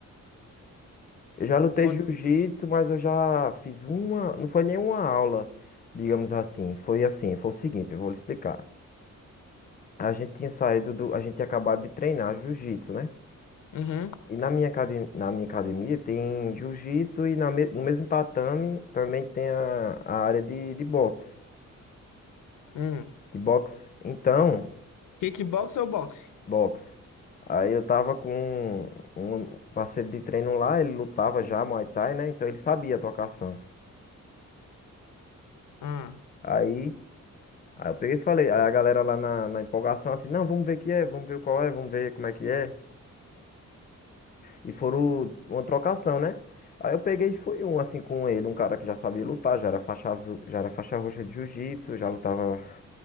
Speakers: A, on the left (about 30°); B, on the left (about 85°).
A: Eu já lutei
B: Quando...
A: jiu-jitsu, mas eu já fiz uma. Não foi nenhuma aula, digamos assim. Foi assim, foi o seguinte, eu vou lhe explicar. A gente tinha saído do. A gente tinha acabado de treinar jiu-jitsu, né?
B: Uhum.
A: E na minha, academia, na minha academia tem jiu-jitsu e na, me- no mesmo tatame também tem a, a área de, de boxe.
B: Hum.
A: De boxe. Então.
B: Kickbox ou boxe?
A: boxe. Aí eu tava com um parceiro de treino lá, ele lutava já Muay Thai, né? Então ele sabia a trocação.
B: Ah.
A: Aí, aí eu peguei e falei, aí a galera lá na, na empolgação assim, não, vamos ver que é, vamos ver qual é, vamos ver como é que é. E foram uma trocação, né? Aí eu peguei e fui um assim com ele, um cara que já sabia lutar, já era faixa azul, já era faixa roxa de jiu-jitsu, já lutava